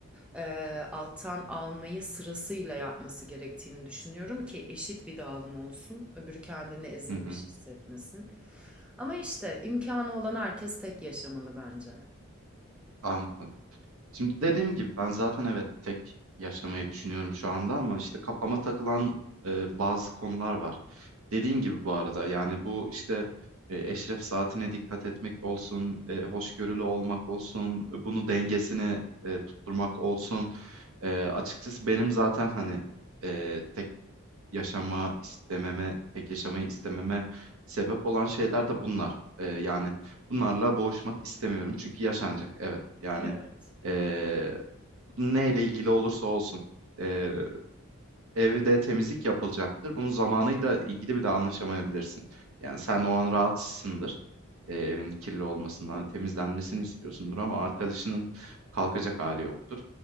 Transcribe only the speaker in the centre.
eee, alttan almayı sırasıyla yapması gerektiğini düşünüyorum ki eşit bir dağılım olsun. Öbürü kendini ezilmiş
hissetmesin. Ama işte imkanı olan herkes tek yaşamalı bence.
Evet.